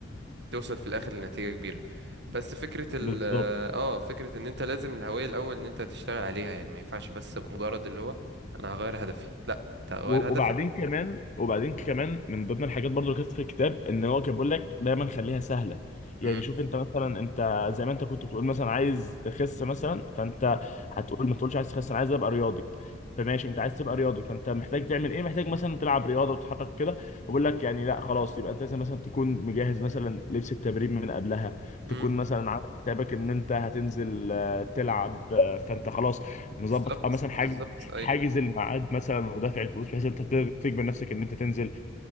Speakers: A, on the right (about 60°); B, on the left (about 40°).
A: توصل في الاخر لنتيجة كبيرة بس فكرة ال
B: بالظبط
A: اه فكرة ان انت لازم الهوية الاول ان انت تشتغل عليها يعني ما ينفعش بس مجرد اللي هو انا هغير هدفي لا انت هغير
B: و-
A: هدفك
B: وبعدين كمان وبعدين كمان من ضمن الحاجات برضو اللي كانت في الكتاب ان هو كان بيقول لك دايما خليها سهله يعني
A: امم
B: شوف انت مثلا انت زي ما انت كنت بتقول مثلا عايز تخس مثلا فانت هتقول ما تقولش عايز تخس انا عايز ابقى رياضي فماشي انت عايز تبقى رياضي فانت محتاج تعمل ايه محتاج مثلا تلعب رياضه وتتحرك كده بقول لك يعني لا خلاص يبقى انت لازم مثلا تكون مجهز مثلا لبس التمرين من قبلها تكون
A: امم
B: مثلا عامل حسابك ان انت هتنزل آه، تلعب آه، فانت خلاص مظبط
A: بالظبط
B: آه، مثلا حاجه
A: بالظبط اي
B: حاجز الميعاد مثلا ودافع الفلوس بحيث انت تغ- تجبر نفسك ان انت تنزل